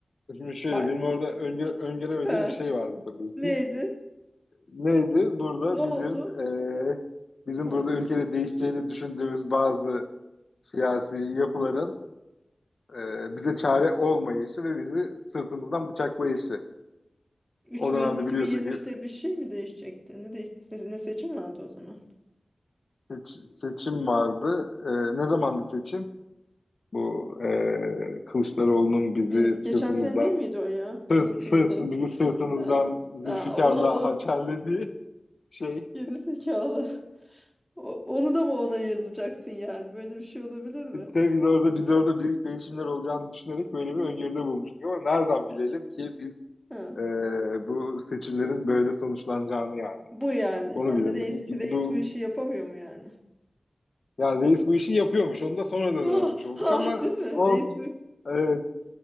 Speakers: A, on the left; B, in the centre.
A: Şimdi şöyle
B: Ay,
A: benim orada öngö öngöremediğim
B: he.
A: bir şey vardı tabii
B: Neydi?
A: ki. Neydi? Burada
B: Ne oldu?
A: bizim eee, bizim
B: Ha.
A: burada ülkede değişeceğini düşündüğümüz bazı siyasi yapıların eee, bize çare olmayışı ve bizi sırtımızdan bıçaklayışı.
B: 3
A: O
B: Mayıs
A: dönemde
B: 2023'te
A: biliyorsun ki
B: bir şey mi değişecekti? Ne, değiş ne ne seçim vardı o zaman?
A: seç- seçim vardı. Eee, ne zamandı seçim? Bu e, Kılıçdaroğlu'nun bizi
B: Bilmi- Geçen
A: sırtımızdan
B: sene değil miydi o ya? Sırtımızda.
A: sırt, sırt, bizi sırtımızdan
B: Ha.
A: Zülfikar'la
B: Ha, onu o
A: hançerlediği şey.
B: geri zekalı. O- onu da mı ona yazacaksın yani? Böyle bir şey olabilir mi?
A: E, biz orada biz orada büyük değişimler olacağını düşünerek böyle bir öngörüde bulmuştuk ama nereden bilelim ki biz
B: Ha.
A: e, bu seçimlerin böyle sonuçlanacağını yani.
B: Bu yani.
A: Onu
B: Yani
A: bilemedim
B: reis,
A: ki
B: reis
A: bu
B: bu işi yapamıyor mu yani?
A: yani reis bu işi yapıyormuş. Onu da sonradan
B: Ah,
A: öğrenmiş olduk
B: ah,
A: ama
B: değil mi?
A: olsun.
B: Reis bu.
A: Evet,